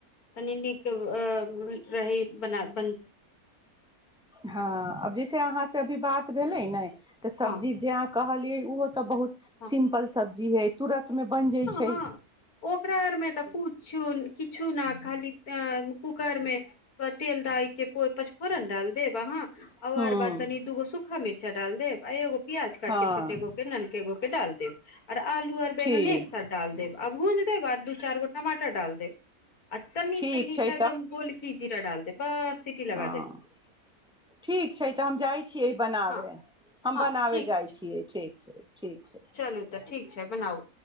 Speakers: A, on the left; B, in the centre.
A: तनी नीक रहहि बनाएब
B: हँ अब जैसे अहाँ से अभी बात ऽ भेलै नहि त सब्जी
A: हँ
B: जे कहलियै ओहो तऽ बहुत
A: हँ
B: सिम्पल सब्जी हइ तुरन्तमे बनि जाइ छै
A: हँ ओकरा आरमे तऽ किछ किछु ने खाली कूकरमे तेल दाय के पचफोरन डाल देब अहाँ आ
B: हूँ
A: आर बाद तनी दूगो सुखा मिर्चा डाल दे आ एगो प्याज काटके
B: हँ
A: छोटे गो के ननके गो के <inaudible> आर आलू आओर
B: ठीक
A: बैंगने एक साथ डाल देब आ भोज ओकर बाद दू चार गो टमाटर डाल दे आ तनी
B: ठीक
A: तनी
B: छै
A: तऽ सायदम बोलकी जीरा डाल दे बस सीटी लगा
B: हँ
A: देब
B: ठीक छै तऽ हम जाइ छियै बनाबै
A: हँ
B: हम
A: हँ
B: बनाबै
A: ठीक
B: जाइत
A: छै
B: छियै ठीक छै ठीक छै
A: चलू तऽ ठीक छै बनाउ